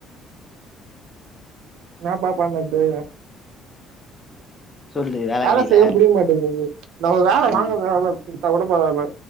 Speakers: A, on the right; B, on the left.
A: என்னப்பா பண்னது
B: சொல்லு வேல
A: வேலை
B: கெடைக்கல
A: செய்ய முடிய மாட்டேங்கது நம்ம வேலை வாங்க
B: ம்
A: வேல குடுத்தா கூட பரவால்ல